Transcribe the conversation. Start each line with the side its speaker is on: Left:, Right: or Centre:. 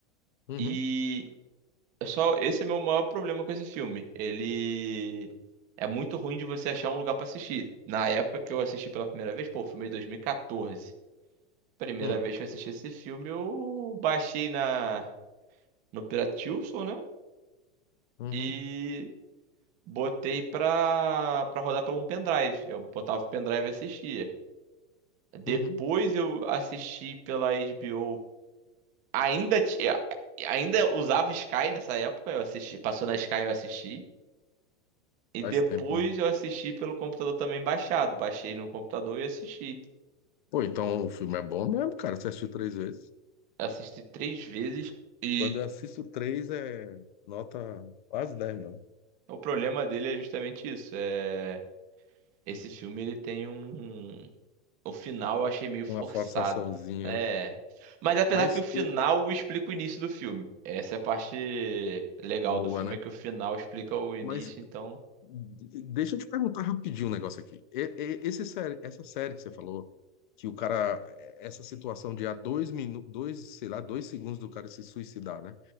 Left: uhum,
Right: E é só esse é meu maior problema com esse filme, ele é muito ruim de você achar um lugar pra assistir. Na época que eu assisti pela primeira vez, pô, o filme é de 2014. Primeira
Left: hum,
Right: vez que eu assisti esse filme, eu baixei na no Piratilson, né?
Left: uhum,
Right: E botei pra, pra rodar pelo um pendrive. Eu botava o pendrive e assistia. Depois
Left: uhum.
Right: eu assisti pela HBO. Ainda, ti- eh, ainda usava Sky nessa época, eu assisti, passou na Sky eu assisti. E
Left: Faz
Right: depois
Left: tempo mesmo.
Right: eu assisti pelo computador também baixado. Baixei no computador e assisti.
Left: Pô, então o filme é bom mesmo, cara. Você assistiu três vezes?
Right: Assisti três vezes e
Left: Quando eu assisto três, é nota quase dez, mesmo.
Right: o problema dele é justamente isso. É... Esse filme ele tem um. O final eu achei meio
Left: Uma
Right: forçado.
Left: forçaçãozinha,
Right: É.
Left: né?
Right: Mas apesar
Left: Mas,
Right: que o final
Left: eu-
Right: explica o início do filme. Essa é a parte legal
Left: boa,
Right: do filme,
Left: né?
Right: é que o final explica o início,
Left: Mas
Right: então.
Left: d- deixa eu te perguntar rapidinho um negócio aqui. E- e- Esse série, essa série que você falou. que o cara, essa situação de há dois minutos, dois, sei lá, dois segundos do cara se suicidar, né?